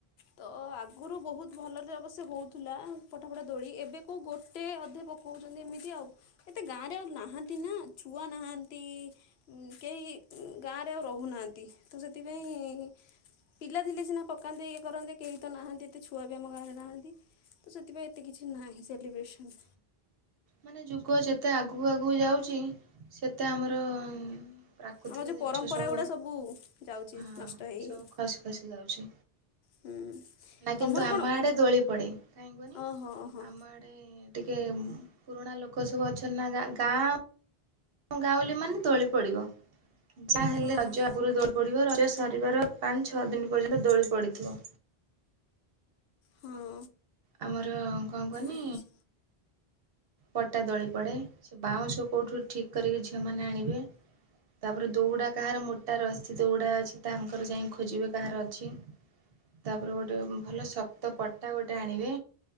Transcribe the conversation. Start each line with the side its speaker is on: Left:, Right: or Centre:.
Left: ତ ଆଗରୁ ବହୁତ ଭଲରେ ଅବଶ୍ୟ ହଉଥିଲା ପଠ ପଠା ଦୋଳି ଏବେ କୋଉ ଗୋଟେ ଅଧେ ପକାଉଛନ୍ତି ଏମିତି ଆଉ। ଏତେ ଗାଁ ରେ ଆଉ ନାହାନ୍ତି ନା ଛୁଆ ନାହାନ୍ତି କେହି ଗାଁରେ ରେ ଆଉ ରହୁନାହାନ୍ତି ତ ସେଥିପାଇଁ ପିଲା ଥିଲେ ସିନା ପକାନ୍ନ୍ତି ଇଏ କରନ୍ତି କେହି ତ ନାହାନ୍ତି ଏତେ ଛୁଆ ବି ଆମ ଗାଁରେ ନାହାନ୍ତି। ତ ସେଥିପାଇଁ ଏତେ କିଛି ନାହିଁ ସେଲିବ୍ରେସନ।
Right: ମାନେ ଯୁଗ ଯେତେ ଆଗକୁ ଆଗକୁ ଯାଉଛି ସେତେ ଆମର ପ୍ରାକୃତିକ
Left: ଆମର ଯେଉଁ
Right: ଜିନିଷ
Left: ପରମ୍ପରା
Right: ସବୁ
Left: ଗୁଡ଼ା ଯାଉଛି
Right: ହଁ
Left: ନଷ୍ଟ ହେଇ
Right: ସବୁ
Left: ହେଇ
Right: ଖସି ଖସି ଯାଉଛି।
Left: ହୁଁ
Right: ନା
Left: ତମର
Right: କିନ୍ତୁ ଆମ
Left: କଣ
Right: ଆଡେ ଦୋଳି ପଡେ କାହିଁ କୁହନି
Left: ଓହୋ ଓହୋ
Right: ଆମ ଆଡେ ଟିକେ ପୁରୁଣା ଲୋକ ସବୁ ଅଛନ୍ତି ନା ଗାଁ। ଗାଉଲି ମାନେ ଦୋଳି ପଡିବ ଯାହାହେଲେ
Left: ହଁ
Right: ରଜ ଆଗରୁ ଦୋଳି ପଡ଼ିବ ରଜ ସରିବାର ପାଞ୍ଚ ଛଅ ଦିନ ପର୍ଯ୍ୟନ୍ତ ଦୋଳି ପଡ଼ିଥିବ।
Left: ହଁ।
Right: ଆମର କଣ କହନି।
Left: ଆଚ୍ଛା
Right: ପଟା ଦଳି ପଡ଼େ ସେ ବାଉଁଶ କୋଉଠୁ ଠିକ୍ କରିକି ଝିଅମାନେ ଆଣିବେ। ତାପରେ ଦୌଡା କାହାର ମୋଟା ରଶୀ ଦୌଡା ଅଛି ତାଙ୍କର ଯାଇ ଖୋଜିବେ କାହାର ଅଛି? ତାପରେ ଗୋଟେ ଭଲ ଶକ୍ତ ପଟା ଗୋ ଟେ ଆଣିବେ